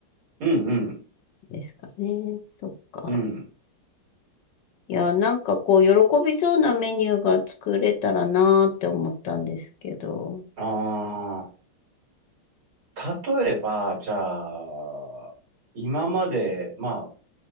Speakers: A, on the right; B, on the left.
A: うん、うん、
B: ですかね。そっか。
A: うん。
B: いや、なんかこう、喜びそうなメニューが作れたらなーって思ったんですけど。
A: ああ、例えば、じゃあ、今まで、まあ、